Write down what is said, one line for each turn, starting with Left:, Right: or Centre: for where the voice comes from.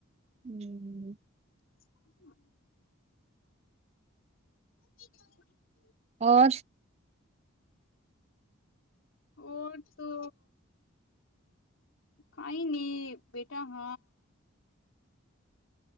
Right: હમ્મ હમ્મ.
Left: હમ <unintelligible>
Right: ઓર
Left: ઓડ તો કઈ નઈ, બેટા હ.